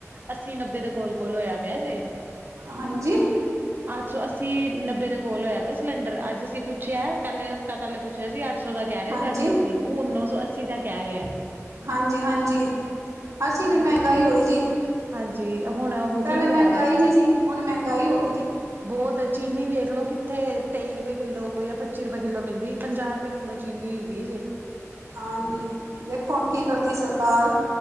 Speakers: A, on the right; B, on the right.
A: ਅੱਸੀ ਨੱਬੇ ਦੇ ਕੋਲ- ਕੋਲ ਹੋਇਆ ਪਿਆ ਜੇ
B: ਹਾਂਜੀ
A: ਅੱਠ ਸੋ ਅੱਸੀ ਨੱਬੇ ਦੇ ਕੋਲ ਹੋਇਆ ਵ ਸਿਲੰਡਰ ਅੱਜ ਅਸੀਂ ਪੁੱਛਿਆ ਪਹਿਲੇ ਤਾਂ ਪਹਿਲੇ ਪੁੱਛਿਆ ਸੀ ਅੱਠ ਸੌ ਦਾ ਕਹਿ ਰਿਹਾ
B: ਹਾਂਜੀ
A: ਸੀ ਅੱਠ ਸੌ ਅੱਸੀ ਹੁਣ ਨੌ ਸੌ ਅੱਸੀ ਦਾ ਕਹਿ ਰਿਹਾ।
B: ਹਾਂਜੀ- ਹਾਂਜੀ ਹਰ ਚੀਜ਼
A: ਹੁਣ
B: ਤੇ
A: ਮੰਗਿਆ
B: ਮਹਿੰਗਾਈ ਹੋ ਰਹੀ ਜੀ।
A: ਹਾਂਜੀ ਹੁਣ ਬੁਕਿੰਗ
B: ਪਹਿਲੇ
A: ਕਰਾਇਆ
B: ਮਹਿੰਗਾਈ ਨਹੀਂ ਸੀ ਹੁਣ ਮਹਿੰਗਾਈ ਹੋ ਗਈ ਜੀ।
A: ਬਹੁਤ ਚੀਨੀ ਵੇਖ ਲਓ ਕਿੱਥੇ ਤੇਈ ਰੁਪਏ ਕਿੱਲੋ ਜਾਂ ਪੱਚੀ ਰੁਪਏ ਕਿੱਲੋ ਮਿਲਦੀ ਪੰਜਾਹ ਕਿੱਲੋ ਚੀਨੀ ਹੋਈ ਵੀ ਜੇ
B: ਹਾਂਜੀ ਦੇਖੋ ਹੁਣ ਕੀ ਕਰਦੀ ਸਰਕਾਰ